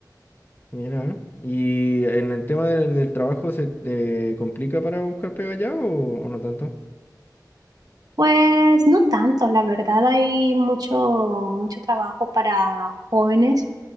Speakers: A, on the left; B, on the right.
A: Mira. ¿eh? ¿Y en el tema del, del trabajo se te complica para buscar pega ya o, o no tanto?
B: Pues no tanto, la verdad, hay mucho, mucho trabajo para jóvenes